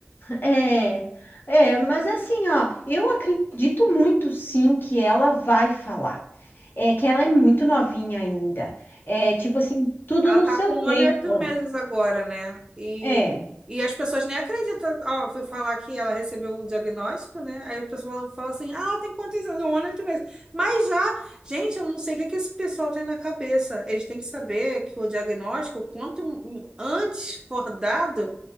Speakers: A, on the left; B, on the right.
A: É, é, mas assim, ó, eu acredito muito sim que ela vai falar. É que ela é muito novinha ainda. É tipo assim, tudo
B: Ela
A: no
B: tá
A: seu
B: com
A: tempo.
B: um ano e oito meses agora, né? E,
A: né? É,
B: e as pessoas nem acreditam. Ó, fui falar que ela recebeu o diagnóstico, né? Aí as pessoas falam assim: ah, ela tem quantos anos? Um ano e oito meses. Mas já, gente, eu não sei o que é que esse pessoal tem na cabeça. Eles têm que saber que o diagnóstico, quanto antes for dado,